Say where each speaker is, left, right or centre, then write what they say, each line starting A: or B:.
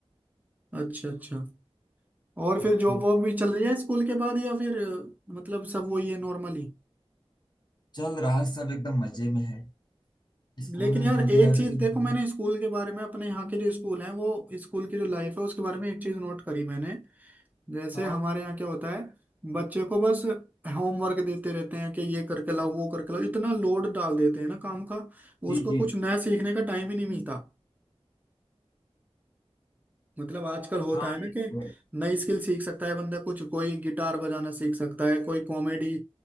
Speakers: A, on the right (about 15°); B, on the left (about 40°).
A: अच्छा अच्छा और
B: क्योंकि
A: फिर जॉब वॉब भी चल रही है स्कूल के बाद या फिर अ, मतलब सब वही है नॉर्मली
B: चल रहा है सब एकदम मजे में है स्कूल
A: लेकिन
B: ने
A: यार
B: जो
A: एक
B: दिया उसी
A: चीज देखो
B: में-
A: मैंने स्कूल के बारे में अपने यहाँ के जो स्कूल हैं वो स्कूल की जो लाइफ है उसके बारे में एक चीज नोट करी मैंने जैसे
B: हाँ
A: हमारे यहाँ क्या होता है बच्चे को बस होमवर्क देते रहते हैं कि ये करके लाओ वो करके लाओ इतना लोड डाल देते हैं ना काम का
B: जी
A: उसको
B: जी
A: कुछ नया सीखने का टाइम ही नहीं मिलता मतलब आजकल होता
B: हाँ
A: है ना
B: ये तो
A: कि
B: है
A: नई स्किल सीख सकता है बंदा कुछ कोई गिटार बजाना सीख सकता है कोई कॉमेडी